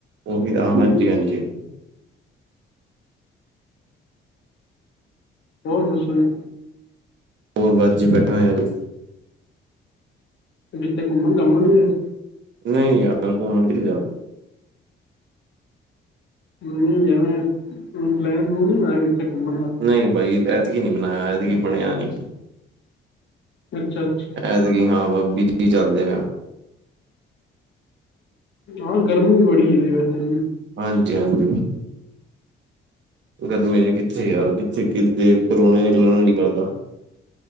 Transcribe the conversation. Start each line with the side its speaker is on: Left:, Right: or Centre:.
Right: ਉਹੀ ਤਾਂ ਹਾਂਜੀ-ਹਾਂਜੀ।
Left: ਹੋਰ ਦੱਸੋ ਜੀ?
Right: ਹੋਰ ਬਸ ਜੀ ਬੈਠਾ ਹੋਇਆ ਜੀ।
Left: ਤੁਸੀਂ ਕਿੱਥੇ ਘੁੰਮਣ ਘੁੰਮਣ ਨਹੀਂ ਗਏ?
Right: ਨਹੀਂ ਯਾਰ ਘੁੰਮਣ ਨੀ ਗਿਆ।
Left: ਨਹੀਂ ਐਵੇਂ ਪਲੈਨ ਪਲੁਨ ਨਹੀਂ ਬਣਾਇਆ ਕਿੱਥੇ ਘੁੰਮਣ ਦਾ।
Right: ਨਹੀਂ ਬਾਈ ਐਤਕ ਨੀ ਬਣਾਇਆ' ਐਤਕੀ ਬਣਿਆ ਨੀ।
Left: ਅੱਛਾ-ਅੱਛਾ।
Right: ਜੈਸੇ ਕਿ ਹਾਂ ਨਹੀਂ ਚੱਲਦੇ ਆ।
Left: ਹਾਂ ਗਰਮੀ ਵੀ ਬੜੀ ਹੈਗੀ ਵੈਸੇ।
Right: ਹਾਂਜੀ ਹਾਂਜੀ। ਗਰਮੀ ਚ ਕਿੱਥੇ ਯਾਰ ਕਿੱਥੇ ਕਿ ਪਰੋਣੇ ਨਿਕਲਣ ਨੂੰ ਨਹੀ ਜੀ ਕਰਦਾ।